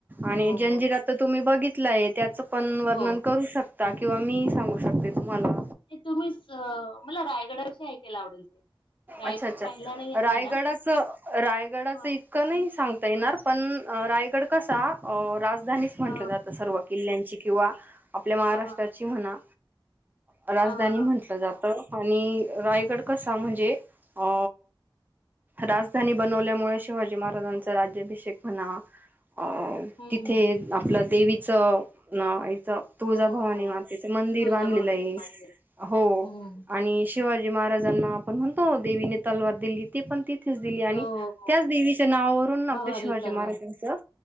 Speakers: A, on the right (about 20°); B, on the left (about 80°).
A: आणि
B: हो
A: जंजिरा
B: हो हो
A: त तुम्ही बघितलाय त्याचं पण वर्णन
B: हो
A: करू शकता किंवा मी सांगू शकते तुम्हाला
B: ते तुम्हीच मला रायगडाशी ऐकायला आवडेल ते रायगड
A: अच्छा अच्छा
B: पाहिला नाही आहे
A: रायगडाच
B: ना?
A: रायगडाच
B: ह
A: नाही सांगता येणार पण रायगड कसा णीच म्हटलं
B: ह
A: जातं सर्व किल्ल्याची किंवा आपल्या महाराष्ट्राची
B: ह ह ह
A: म्हणा राजधानी
B: ह ह ह
A: म्हटलं जातं आणि रायगड कसा म्हणजे अ राजधानी बनवल्यामुळे शिवाजी महाराजांचा राज्याभिषेक म्हणा अ
B: हम्म
A: तिथे
B: हम्म.
A: आपलं देवीचं ना याचं तुळजाभवानी
B: हो हो हो हो.
A: मातेचे मंदिर
B: तुळजाभवानी
A: बांधलेलं आहे
B: मंदिर
A: हो
B: हम्म
A: आणि शिवाजी महाराजांना आपण म्हणतो देवीने तलवार दिली होती पण त च दिली आणि
B: हो हो हो
A: त्याच देवीच्या नावावरून आपल्या
B: भवानी
A: शिवाजी
B: तरवार
A: महाराजांचं